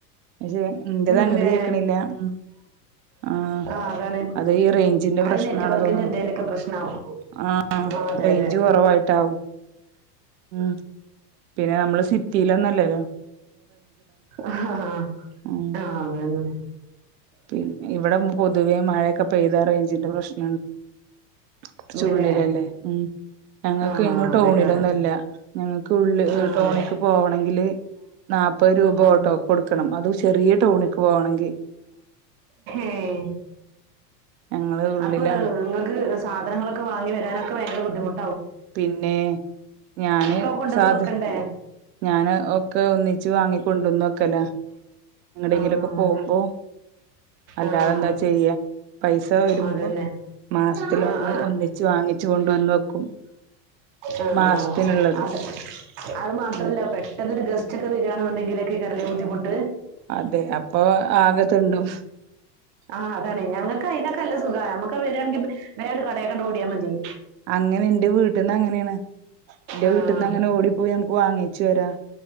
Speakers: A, on the right; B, on the right.
A: പക്ഷേ എന്റെത്
B: ഉണ്ടല്ലേ
A: അങ്ങട് കേക്കണില്ല മ് ആഹ്
B: ആ അതാണ്
A: അതെ ഈ റേഞ്ചിന്റെ പ്രശ്നണോ
B: അത് നെറ്റ്വർക്കിന്റെ
A: തോന്നുന്നു
B: എന്തേലൊക്കെ പ്രശ്നാവും
A: ആഹ്
B: ആ അതെ
A: റേഞ്ച്
B: അതെ
A: കുറവായിട്ടാവും ഉം പിന്നെ നമ്മള് സിറ്റിയിലോന്നല്ലല്ലോ
B: ആഹ്
A: ഉം
B: ആതന്നെ
A: പിന്നെ ഇവിടെ പൊതുവേ മഴയൊക്കെ പെയ്താ റേഞ്ചിന്റെ പ്രശ്നമുണ്ട് കുറച്ചുള്ളിലല്ലേ
B: ഉണ്ടല്ലേ
A: ഉം ഞങ്ങൾക്ക്
B: ആ
A: ഞങ്ങൾ ടൗണിലൊന്നുല്ല
B: അതേക്കാരം
A: ഞങ്ങക്ക് ഉള്ളില്
B: ആഹ്
A: ടൗണിലക്ക് പോകണമെങ്കില് നാല്പ്പത് രൂപ
B: ആഹ്
A: ഓട്ടോക്ക്‌ കൊടുക്കണം അത് ചെറിയ ടൗണക്ക് പോകണെങ്കിൽ
B: ഏഹ്
A: ഞങ്ങള് ഉള്ളിലാ
B: അപ്പൊ ഇങ്ങക്ക് സാധങ്ങളൊക്കെ വാങ്ങി വരാനൊക്ക ഭയങ്കര ബുദ്ധിമു-
A: പിന്നെ ഞാന്
B: ഒക്കെ കൊണ്ടന്ന്
A: സാധ-
B: വെക്കണ്ടേ
A: ഞാന് ഒക്കെ ഒന്നിച്ച് വാങ്ങിിക്കൊണ്ടുവന്നൊക്കല്ല നിങ്ങടെങ്കിലൊക്കെ
B: ആഹ്
A: പോകുമ്പോ അല്ലാതെന്താ
B: ആഹ്
A: ചെയ്യ പൈസ വരുമ്പോ
B: അതന്നെ
A: മാസത്തി
B: ആഹ്
A: ഒന്ന് ഒന്നിച്ച് വാങ്ങിച്ച കൊണ്ട വന്ന് വെക്കും ഒരു
B: ആ ആ
A: മാസത്തിനുള്ളത്
B: അത് അത് മാത്രല്ല
A: ഉം
B: പെട്ടെന്ന്ൊരു ഗസ്റ്റ്ൊക്കെ വരി െങ്കിലൊക്കെ കേറല്ല ബദ്ധിമുട്ട്
A: അതെ അപ്പൊ ആകത്തുണ്ടും
B: ആഹ് അതാണ് ഞങ്ങക്ക് അതിനൊക്കെല്ല സഖം നമുക്ക് വരുണെങ്കിൽ വേണ്ട് കടൊക്കെ ഓടിയാൽ മതിേ
A: അങ്ങനെ എന്റെ വീട്ടിൽ നിന്ന് അങ്ങനെയാണ് എന്റെ
B: ആഹ്
A: വീട്ടിൽന്ന് അങ്ങനെ ഓടിപ്പോയി നമുക്ക് വാങ്ങ വരാ